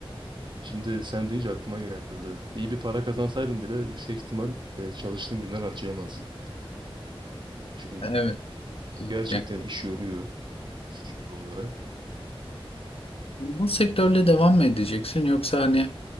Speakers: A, on the right; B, on the left.
A: Şimdi sen deyince aklıma geldi. İyi bir para kazansaydım bile yüksek ihtimal e, çalıştığım günden harcayamazdım. Çünkü
B: Evet.
A: gerçekten
B: Yani
A: iş yoruyor fiziki olarak.
B: bu sektörle devam mı edeceksin yoksa hani